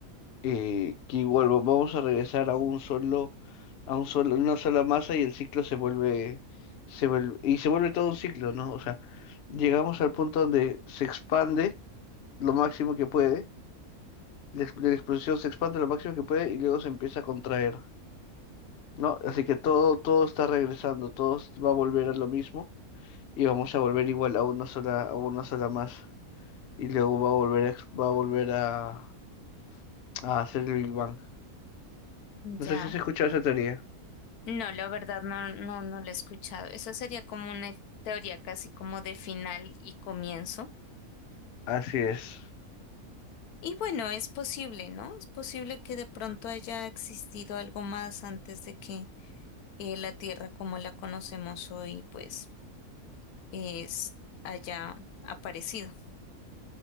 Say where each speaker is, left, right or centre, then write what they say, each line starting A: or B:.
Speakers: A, on the left (about 55°); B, on the left (about 80°).
A: eh, que igual va- vamos a regresar a un solo, a un solo, una sola masa y el ciclo se vuelve, se vuelve, y se vuelve todo un ciclo, ¿no? O sea, llegamos al punto donde se expande lo máximo que puede, la, ex- la explosión se expande lo máximo que puede y luego se empieza a contraer, ¿no? Así que todo, todo está regresando, todo s- va a volver a lo mismo y vamos a volver igual a una sola, a una sola masa. Y luego va a volver a, ex- va a volver a, a hacer el Big Bang. No
B: Ya.
A: sé si has escuchado esa teoría.
B: No, la verdad no, no, no lo he escuchado. Eso sería como una teoría casi como de final y comienzo.
A: Así es.
B: Y bueno, es posible, ¿no? Es posible que de pronto haya existido algo más antes de que eh, la Tierra como la conocemos hoy, pues es haya aparecido.